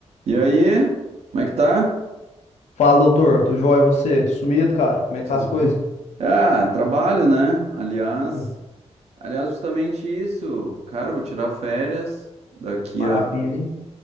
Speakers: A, on the right; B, on the left.
A: E aí, como é que tá?
B: Fala, doutor. Tudo jóia, e você? Sumido, cara? Como é que
A: Tudo
B: tá as coisas?
A: bem? Ah, trabalho, né? Aliás,
B: Hum,
A: aliás, justamente isso. Cara, eu vou tirar férias daqui
B: Maravilha,
A: a,
B: hein?